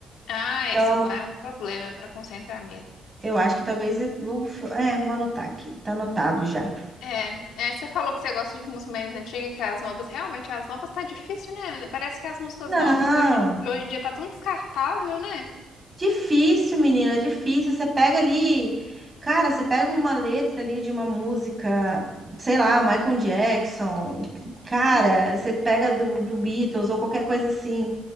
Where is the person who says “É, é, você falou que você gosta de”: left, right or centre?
Left